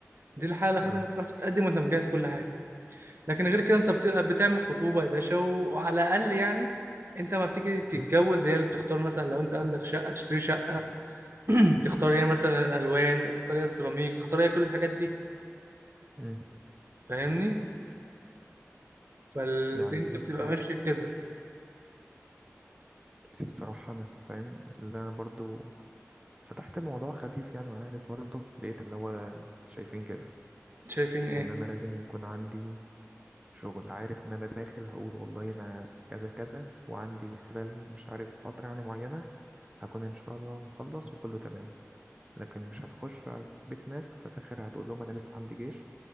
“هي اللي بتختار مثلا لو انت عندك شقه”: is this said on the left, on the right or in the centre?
Right